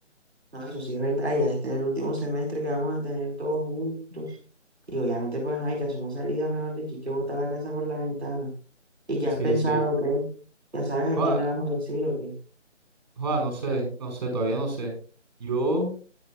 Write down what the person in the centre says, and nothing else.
No, eso sí es verdad, ya este es el último semestre que vamos a tener todos juntos. Y obviamente, pues, ajá, hay que hacer una salida, mejor dicho, hay que botar la casa por la ventana. ¿Y qué
has pensado,
qué? ¿Ya sabes a
quién le vamos a decir o qué?